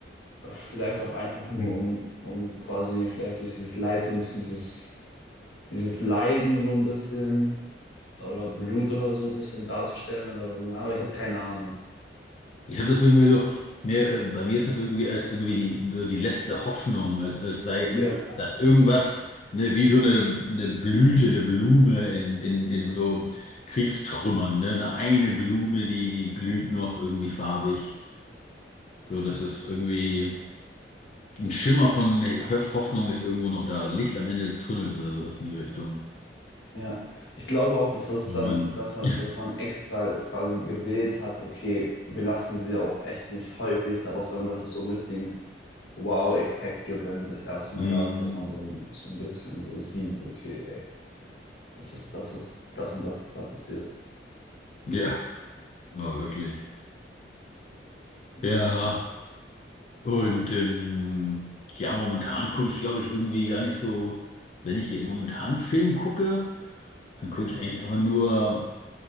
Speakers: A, on the left (about 85°); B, on the left (about 40°).
A: Vielleicht auch einfach nur,
B: Hm.
A: um, um quasi vielleicht durch dieses Leid so ein bisschen dieses, dieses Leiden so ein bisschen oder Blut oder so ein bisschen darzustellen oder aber ich habe keine Ahnung.
B: Ich habe das irgendwie so, mir, äh, bei mir ist das irgendwie als irgendwie die, so die letzte Hoffnung, als, als sei
A: Ja,
B: das irgendwas, ne, wie so eine, eine Blüte, eine Blume in, in, in so Kriegstrümmern, ne? Eine, eine Blume, die, die blüht noch irgendwie farbig. So, dass es irgendwie ein Schimmer von Hoff- Hoffnung ist irgendwo noch da, Licht am Ende des Tunnels oder sowas in die Richtung.
A: ja. Ich glaube auch, dass das dann,
B: Oh Mann.
A: dass man,
B: <laughs>
A: dass man extra quasi gewählt hat, okay, wir lassen sie auch echt nicht häufig darauf, sondern dass es so einen richtigen Wow-Effekt gibt, wenn sie das erste
B: Hm,
A: Mal da ist, dass man so, ein- so ein bisschen so sieht, okay, ey, das ist das, was, das und das ist da passiert.
B: ja, aber wirklich.
A: Nee.
B: Ja, und ähm, ja, momentan gucke ich, glaube ich, irgendwie gar nicht so, wenn ich hier momentan Film gucke, dann gucke ich eigentlich einfach nur,